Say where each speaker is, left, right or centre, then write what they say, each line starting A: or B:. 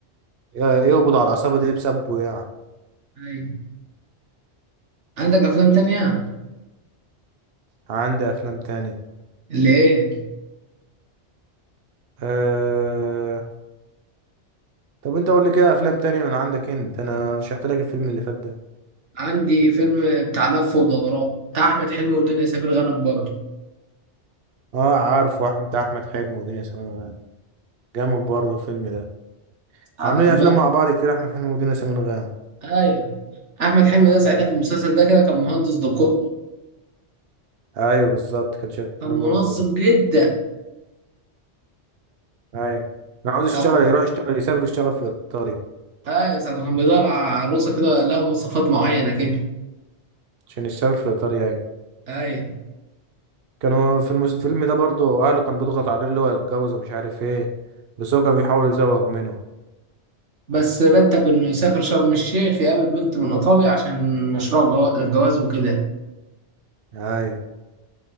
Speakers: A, on the right (about 60°); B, on the right (about 85°).
A: يقبضوا على العصابه دي بسببه يعني
B: ايوه عندك افلام تانية
A: عندي افلام تاني
B: اللي ايه
A: أه... طب انت قول لي كده افلام تانية من عندك انت انا رشحت لك الفيلم اللي فات ده
B: عندي فيلم بتاع لف ودوران بتاع احمد حلمي ودنيا سمير غانم برضه
A: اه عارف واحمد بتاع احمد حلمي ودنيا سمير غانم جامد برضه الفيلم ده
B: هتموت.
A: عاملين افلام مع بعض كتير احمد حلمي ودنيا سمير غانم
B: ايوه احمد حلمي ده ساعتها
A: ايوه
B: في المسلسل ده كده كان مهندس ديكور
A: ايوه بالظبط كان شغال
B: كان
A: مهندس
B: منظم
A: زكي
B: جدا
A: ايوه انا عاوز
B: ساعة
A: يشتغل يروح يشتغل يسافر يشتغل في ايطاليا
B: ايوه ساعة ما كان بيدور على عروسة كده لها مواصفات معينة كده
A: عشان يسافر في ايطاليا ايوه
B: ايوه
A: كانوا في المس- الفيلم ده برضه اهله كانوا بيضغط عليه اللي هو يتجوز ومش عارف ايه بس هو كان بيحاول يزوغ منه
B: بس رتب انه يسافر شرم الشيخ يقابل بنت من ايطاليا عشان مشروع الجوا- الجواز وكده
A: ايوه